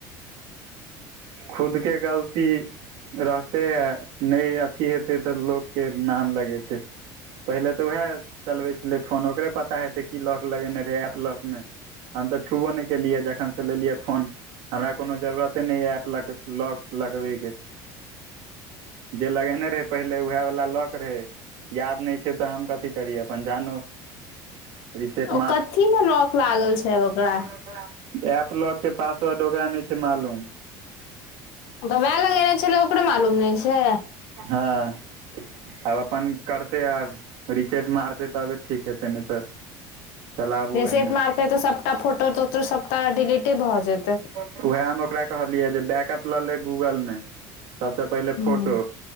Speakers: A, on the right; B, on the left.
A: खुद के गलती। रहते है, नै अथी हेतै तऽ लोकके नाम लगेतै पहिले तऽ उएह, चलबै छलै फोन ओकरे पता हेतै की लॉक लगेने रहै एप लॉकमे। हम तऽ छुबो नहि केलियै, जखन से लेलियै फोन। हमरा कोनो जरूरते नै य एप लॉग लगबै के। जे लगेने रहे पहिले, उएह वालला लॉक रहे। याद नै छै तऽ हम कथी करिय अपन जानो। रिसेट
B: ओ कथी मे लॉक किया लागल छै ओकरा।
A: ओकरा? एप लॉक के पासवर्ड ओकरा नै छै मालूम।
B: त वेह लगेने छेलै, ओकरे मालूम नै छै।
A: हँ, आब अपन करतै। आब, रिसेट मारतै तबे ठीक हेतै। त नै तऽ। चलाबू
B: रिसेट
A: एहिना
B: मारतै तऽ, सबटा फोटो तोटो सबटा डिलीटे भऽ जेतै।
A: उएह हम ओकरा कहलियै जे बैकअप लऽ ले गूगलमे, सबसँ पहिले
B: हूँ
A: फोटो।